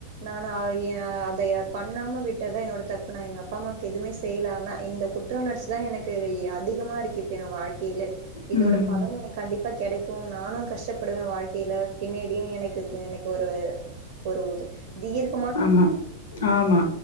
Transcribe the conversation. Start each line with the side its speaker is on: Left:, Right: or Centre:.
Right: நானு அத ஏ அதைய பண்ணாம விட்ட தா என்னோட தப்பு நா எங்கப்பா அம்மாக்கு எதுமே செய் ல ஆனா இந்த குற்ற உணர்ச்சி தா எனக்கு இ அதிகமா இருக்கு இப்ப எ வாழ்க்கைலே இதோட
Left: ம்,
Right: பலன் எனக் கண்டிப்பா கெடைக்கு நானு கஷ்டப்படுவே வாழ்க்கைல பின்னாடினு எனக்கு தோ எனக் ஒரு ஒரு உத தீர்க்
Left: ஆமா ஆமா